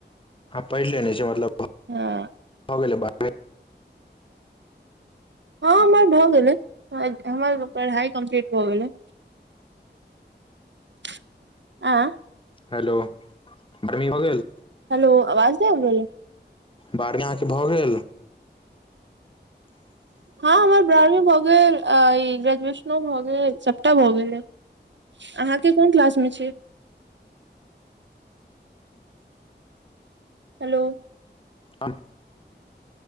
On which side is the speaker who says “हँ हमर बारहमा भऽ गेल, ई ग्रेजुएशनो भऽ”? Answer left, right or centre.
Right